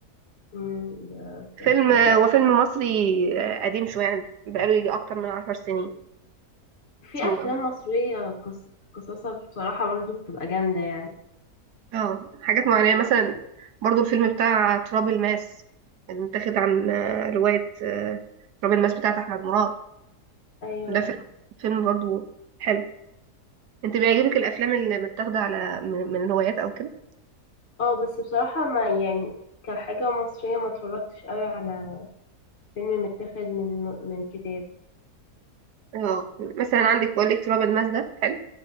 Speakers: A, on the left; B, on the right.
A: أمم، ده-
B: فيلم
A: ده-
B: هو فيلم مصري قديم شوية يعني بقاله يجي أكتر من عشر سنين
A: في
B: اسمه
A: افلام مصريه قص... قصصها بصراحه برضو بتبقى جامده يعني
B: اه حاجات معينة مثلا برضو الفيلم بتاع تراب الماس اللي متاخد عن آه، رواية آه، تراب الماس بتاعت أحمد مراد
A: ايوه
B: ده فيلم فيلم برضو حلو انت بيعجبك الأفلام اللي متاخدة على من من الروايات أو كده
A: اه بس بصراحه ما يعني كحاجه مصريه ما اتفرجتش قوي على فيلم متاخد من من كتاب
B: اه مثلا عندك بقول لك تراب الماس ده حلو